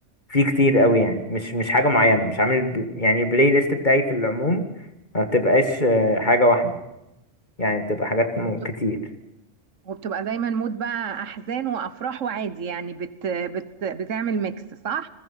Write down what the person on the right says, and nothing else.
وبت-
وبتبقى دايما مود بقى احزان وافراح وعادي يعني بت بت بتعمل ميكس صح